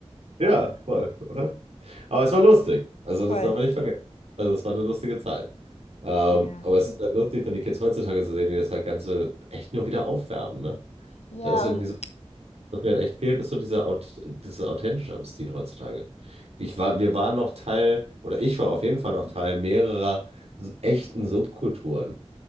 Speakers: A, on the right (about 75°); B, on the left (about 80°).
A: Ja, voll, oder? Aber es war lustig. Also,
B: Voll.
A: das darf man nicht vergessen. Also, es war eine lustige Zeit. Ähm,
B: Ja.
A: aber es ist halt lustig, dann die Kids heutzutage zu sehen, die das halt Ganze echt nur wieder aufwärmen, ne?
B: Ja,
A: Da ist irgendwie
B: und
A: Was mir halt echt fehlt, ist so dieser, Aut dieses Authentische am Stil heutzutage. Ich war, wir waren noch Teil, oder ich war auf jeden Fall noch Teil mehrerer s- echten Subkulturen.